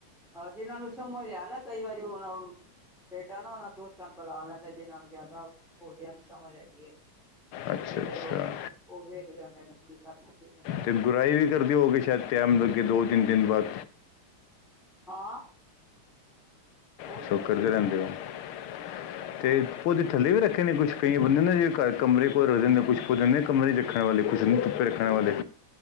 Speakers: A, in the centre; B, on the left.
A: ਹਾਂ ਜਿਹਨਾਂ ਨੂੰ ਸਮਝ ਲਿਆ ਨਾ ਕਈ ਵਾਰੀ ਹੋਣ ਬੇਟਾ ਨਾ ਉਹਨਾਂ ਦੋਸਤਾਂ ਨੂੰ ਬੁਲਾ ਲੈਂਦਾ ਜਿਹਨਾ ਨੂੰ ਜਿਆਦਾ ਅਹੁਦਿਆਂ ਦੀ ਸਮਝ ਹੇਗੀ ਐ
B: ਅੱਛਾ
A: ਤੇ ਫੇਰ
B: ਅੱਛਾ
A: ਉਹ ਉਹ ਵੇਖ ਜਾਂਦੇ ਨੇ ਕੀ ਕਰਨਾ ਕੀ ਨਹੀਂ ਕਰਨਾ
B: ਤੇ <unintelligible> ਵੀ ਕਰਦੀ ਹੋ ਕੇ ਸ਼ਾਇਦ ਟੈਮ ਲੱਗੇ ਦੋ ਤਿੰਨ ਦਿਨ ਬਾਅਦ
A: ਹਾਂ ਉਹ ਵੀ
B: <unintelligible> ਦਿਓ
A: ਕਰੀ ਦੇ
B: ਅਤੇ
A: ਹਾਂ
B: ਪ ਉਹਦੇ ਥੱਲੇ ਵੀ ਰੱਖੇ ਨੇ ਕੁਛ ਕਈ ਬੰਦੇ ਨੇ ਜਿ ਘਰ ਕਮਰੇ ਕੋਲ ਰੱਖਦੇ ਨੇ ਕੁਛ ਕੁਦੇ ਕੰਮ ਨ ਰੱਖਣ ਵਾਲੇ ਕੁਛ ਨ ਧੁੱਪੇ ਰੱਖਣ ਵਾਲੇ